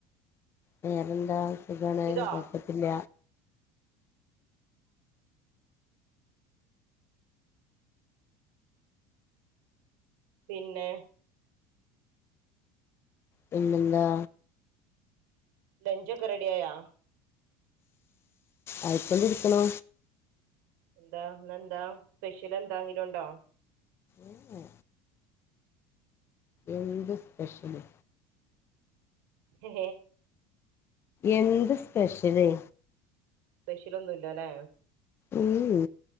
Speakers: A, on the left; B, on the right.
A: വേറെന്താ സുഖമാണ്
B: ഇതോ
A: കൊക്കത്തില്ല.
B: പിന്നെ
A: പിന്നെന്താ
B: ലഞ്ച് ഒക്കെ റെഡി ആയോ?
A: ആയ് കൊണ്ടിരിക്കുണു.
B: എന്താ എന്താ സ്പെഷ്യൽ എന്താങ്കിലും ഉണ്ടോ?
A: ഏഹോ. എന്ത് സ്പെഷ്യല്.
B: ഹേ
A: എന്ത് സ്പെഷ്യല്.
B: സ്പെഷ്യൽ ഒന്നും ഇല്ല അല്ലെ
A: ഉം